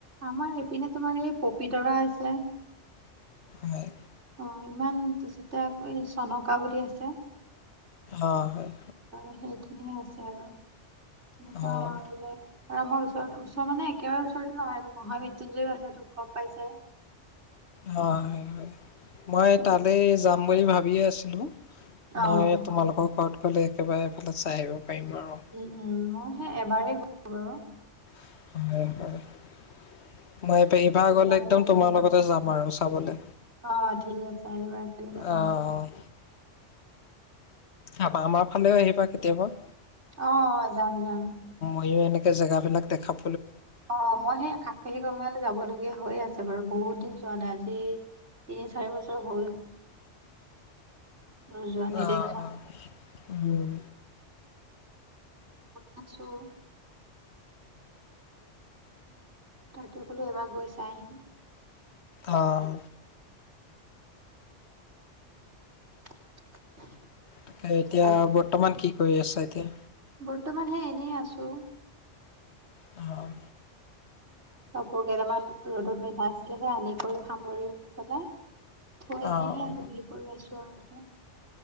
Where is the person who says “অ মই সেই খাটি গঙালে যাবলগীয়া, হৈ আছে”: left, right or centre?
Right